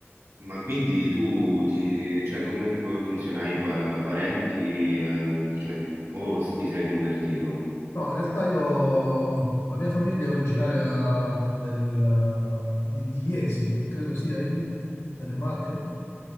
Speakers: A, on the right; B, on the left.
A: ma quindi tu ti, cioè, come fu- funziona i pa- parenti, eh, cioè, o s- ti sei convertito?
B: No, in realtà io, la mia famiglia è originaria del, di, di Iesi, credo sia in, nelle Marche.